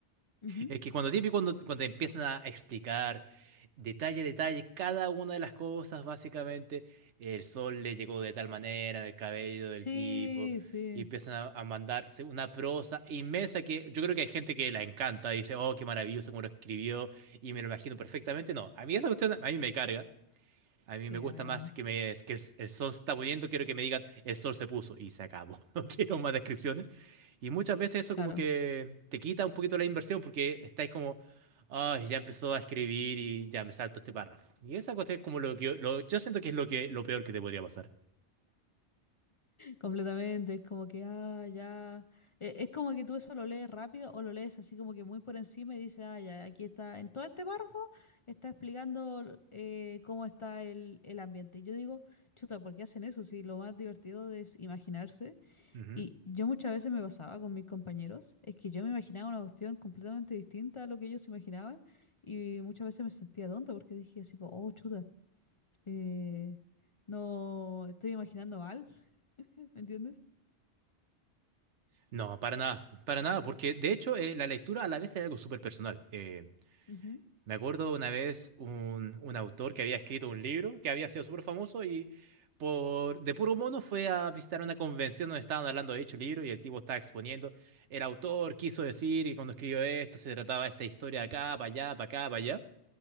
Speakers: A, on the left; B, on the right.
A: Ujú.
B: Es que cuando típico, cuando, cuando te empiezan a explicar detalle a detalle cada una de las cosas, básicamente, el sol le llegó de tal manera, en el cabello del
A: Sí,
B: tipo,
A: sí,
B: y empiezan a, a mandarse una prosa inmensa que yo creo que hay gente que la encanta y dice, oh, qué maravilloso cómo lo escribió, y me lo imagino perfectamente. No, a mí esa cuestión, a mí me carga. A mí
A: sí,
B: me gusta
A: a mí también,
B: más que, me, que el, el sol se está poniendo, quiero que me digan el sol se puso y se acabó. <laughs> No quiero más descripciones. Y muchas veces eso
A: claro.
B: como que te quita un poquito la inversión porque estáis como, ay, ya empezó a escribir y ya me salto este párrafo. Y esa cuestión es como lo que yo, lo- yo siento que es lo que lo peor que te podría pasar.
A: Completamente, es como que, ah, ya. E- Es como que tú eso lo lees rápido o lo lees así como que muy por encima y dices, ah, ya, aquí está, en todo este párrafo está explicando eh, cómo está el, el ambiente. Y yo digo, chuta, ¿por qué hacen eso? Si lo más divertido es imaginarse.
B: Ujú.
A: Y yo muchas veces me pasaba con mis compañeros, es que yo me imaginaba una cuestión completamente distinta a lo que ellos se imaginaban y muchas veces me sentía tonta porque dije así, como, oh, chuta, eh, no, estoy imaginando mal, <laughs> ¿me entiendes?
B: No, para nada, para nada, porque de hecho eh, la lectura a la vez es algo súper personal. Eh,
A: Ujú.
B: Me acuerdo una vez un, un autor que había escrito un libro que había sido súper famoso y por de puro mono fue a visitar una convención donde estaban hablando de dicho libro y el tipo estaba exponiendo. El autor quiso decir que cuando escribió esto se trataba de esta historia de acá, para allá, para acá, para allá.